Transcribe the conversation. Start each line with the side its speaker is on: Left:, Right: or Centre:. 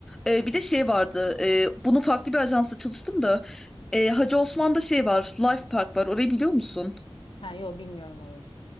Centre: E, bir de şey vardı. E, bunun farklı bir ajansla çalıştım da. E, Hacı Osman'da şey var. Life Park var. Orayı biliyor musun?
Left: Ha yok bilmiyorum orayı.